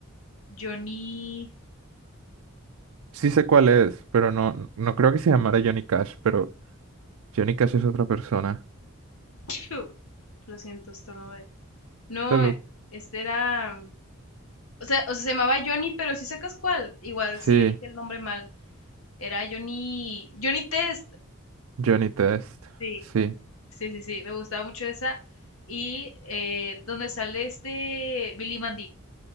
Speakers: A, on the left; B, on the right.
A: Johnny...
B: Sí sé cuál es, pero no, no creo que se llamara Johnny Cash, pero Johnny Cash es otra persona.
A: <laughs> Piu, Lo siento, estornudé. No,
B: Salud.
A: e-, este era. O sea, o sea, se llamaba Johnny, pero si sacas cuál. Igual
B: Sí,
A: sí dije el nombre mal. Era Johnny. Johnny Test.
B: Johnny Test.
A: Sí,
B: Sí.
A: sí, sí, sí. Me gustaba mucho esa. Y eh, donde sale este Billy Mandy.